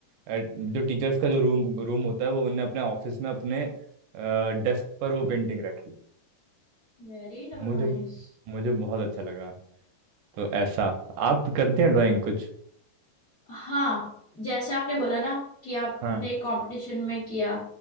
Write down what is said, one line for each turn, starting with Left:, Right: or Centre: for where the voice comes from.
Right: एट- जो टीचर्स का जो रूम रूम होता है वो उन्होंने अपने ऑफिस में अपने डेस्क पर वो पेंटिंग रखी
Left: Very nice
Right: मुझे मुझे बहुत अच्छा लगा तो ऐसा आप करते हैं ड्राइंग कुछ
Left: हाँ जैसे आपने बोला ना कि आपने
Right: हाँ
Left: कंपटीशन में किया